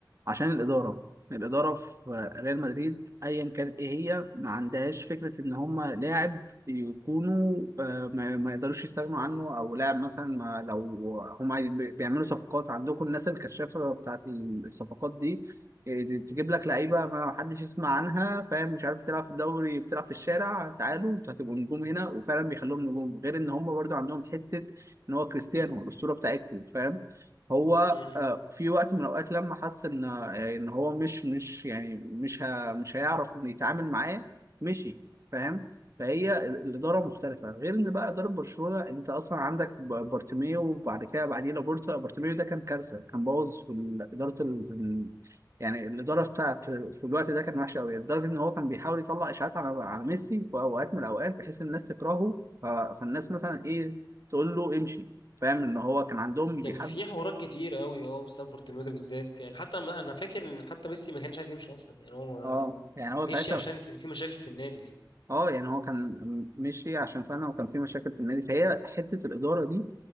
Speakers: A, on the right; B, on the left.
A: عشان الاداره الاداره في ريال مدريد ايا كانت ايه هي ما عندهاش فكره ان هم لاعب يكونوا آه، ما ما يقدروش يستغنوا عنه او لاعب مثلا ما لو هم عايز- بي- بيعملوا صفقات عندكم الناس الكشافه بتاعت الصفقات دي آه، دي تجيب لك لعيبه ما حدش يسمع عنها فاهم مش عارف تلعب في الدوري بتلعب في الشارع تعالوا انتوا هتبقوا نجوم هنا وفعلا بيخلوهم نجوم غير ان هم برضو عندهم حته ان هو كريستيانو الاسطوره بتاعتكم فاهم هو
B: مم.
A: آه، في وقت من الاوقات لما حس ان آه، ان هو مش مش يعني مش ه... مش هيعرف ان يتعامل معاه مشي فاهم فهي ال- الاداره مختلفه غير ان بقى اداره برشلونه انت اصلا عندك ب- بارتيميو وبعد كده بعديه لابورتا بارتيميو ده كان كارثه كان بوظ في ال- اداره ال... في ال- يعني الاداره بتاع في, في الوقت ده كان وحشه قوي لدرجه ان هو كان بيحاول يطلع اشاعات على على ميسي في اوقات من الاوقات بحيث الناس تكرهه ف... فالناس مثلا ايه تقول له امشي فاهم ان هو كان عندهم
B: كان
A: بيحب
B: في حوارات كتير قوي اه بسبب بورتوميو ده بالذات يعني حتى انا أنا فاكر ان حتى ميسي ما كانش عايز يمشي اصلا يعني هو ما-
A: اه يعني هو
B: مشي
A: ساعتها
B: عشان كان في مشاكل في النادي
A: اه يعني هو كان م- مشي عشان فعلا وكان في مشاكل في النادي فهي حتة الإدارة دي